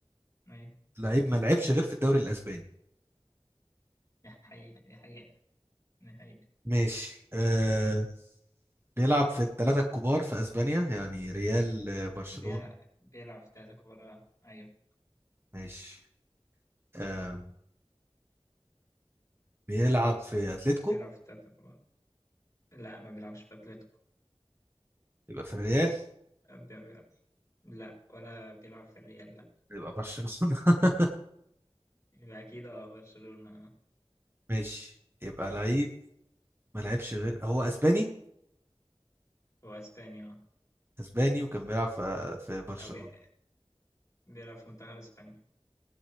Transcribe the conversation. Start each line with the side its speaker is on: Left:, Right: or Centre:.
Left: أيوة
Right: لعيب ما لعبش غير في الدوري الاسباني
Left: دي حقيقة دي حقيقة دي حقيقة
Right: ماشي آه
Left: أيوة
Right: بيلعب في الثلاثة الكبار في اسبانيا يعني ريال آه، برشلونة
Left: بيلعب بيلعب في التلاتة الكبار أيوة
Right: ماشي آه بيلعب في اتلتيكو
Left: بيلعب في التلاتة الكبار لا ما بيلعبش في أتلتيكو
Right: يبقى في الريال
Left: بي- بي- لا ولا بيلعب في الريال
Right: يبقى برشلونة <laughs>
Left: يبقى أكيد اه برشلونة اه
Right: ماشي يبقى
Left: طيب
Right: لعيب ما لعبش غير هو اسباني
Left: هو أسبانيا اه
Right: اسباني وكان بيلعب في في برشلونة
Left: أو جا- بيلعب في منتخب أسبانيا